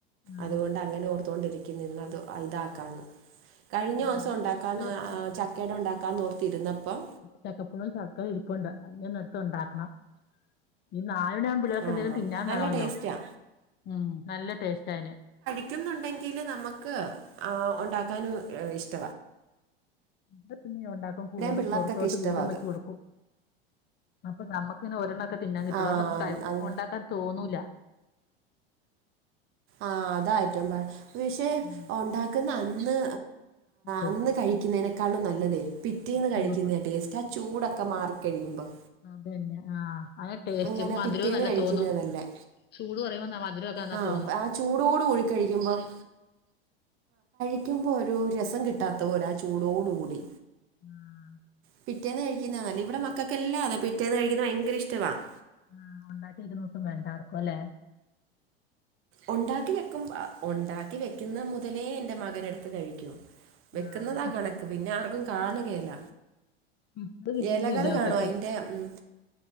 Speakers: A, on the left (about 35°); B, on the right (about 45°).
A: ആ
B: അതുകൊണ്ട് അങ്ങനെ ഓർത്തോണ്ടിരിക്ക ക്കി നിന്നത് അതാക്കാന് കഴിഞ്ഞ ദിവസം
A: ഇവിടെയും
B: ഉണ്ടാക്കാൻ
A: ചക്ക ഉം, ആ,
B: ചക്കേട ഉണ്ടാക്കാൻ ഓർത്തിരുന്നപ്പം
A: ചക്കപ്പഴും ചക്കേ ഇരിപ്പുണ്ട് അത് എടുത്തുണ്ടാക്കണം ഇനി നാലണി ആവുമ്പോ പിള്ളേർക്കെന്തെങ്കിലും
B: ആ
A: തിന്നാൻ
B: നല്ല
A: വേണമല്ലോ
B: ടേസ്റ്റാ
A: ഉം നല്ല ടേസ്റ്റ് അയിന്
B: പറ്റുന്നുണ്ടെങ്കില് നമുക്ക് ആഹ് ഉണ്ടാക്കാനും ഇഷ്ട
A: ടെ പിന്നെ ഉണ്ടാക്കും കൂടും
B: പിള്ളേർക്കൊക്കെ
A: പുറത്തോട്ട്
B: ഇഷ്ടവാ
A: വീതം
B: അത്
A: വെച്ച് കൊടുക്കും അപ്പ നമുക്ക് ഒരെണ്ണം ഒക്കെ തിന്നാൻ കിട്ടുള്ളു
B: ആ
A: ന <inaudible>
B: അത്
A: ഉണ്ടാക്കാൻ തോന്നൂല്ല
B: ആഹ് അതായി ഏറ്റ പക്ഷെ
A: ഉം
B: ഉണ്ടാക്കുന്ന അന്ന്
A: ഓ,
B: അന്ന് കഴിക്കുന്നതിന് ക്കാളും നല്ലതേ പിറ്റേന്ന്
A: പിറ്റേ
B: കഴിക്കുന്നത
A: ദിവസം
B: ടേസ്റ്റ് ആ ചൂടൊക്കെ മാറിക്കഴിയുമ്പോൾ
A: അതന്നെ ആ അതെ ടേസ്റ്റ്
B: അങ്ങനെ
A: അപ്പോ മധുരവും
B: പിറ്റേന്ന്
A: നല്ല
B: കഴിക്കുന്നതാ
A: തോന്നും
B: നല്ലെ
A: ചൂട് കുറയുമ്പോ മധുരമൊക്കെ എന്നാ
B: ആ
A: തോന്നും
B: ആ ചൂടോട് കൂടി കഴിക്കുമ്പം ഇക്ക് എന്തോ ഒരു രസം കിട്ടാത്ത പോല ആ ചൂടോടു കൂടി
A: ആഹ്
B: പിറ്റേന്ന് കഴിക്കുന്നല്ല ഇവിടെ മക്കൾക്കെല്ലാ അതാ പിറ്റേന്ന് കഴിക്കുന്നത് ഭയങ്കര ഇഷ്ടമാണ്
A: ആ <unintelligible> ഒണ്ടാക്കി <unintelligible> ഇത് വേണ്ടർക്കുംല്ലേ
B: ഉണ്ടാക്കി വെക്കും ഉണ്ടാക്കി വെക്കുന്ന മുതലേ എന്റെ മകനെടുത്ത് കഴിക്കും വെക്കുന്നതാ
A: ആ
B: കണക്ക് പിന്നെ ആർക്കും കാണുകേല
A: അത് കിട്ടുന്നില്ല
B: എലകളിലാണോ
A: മക്കക്ക്
B: അയിൻ്റെ ഉം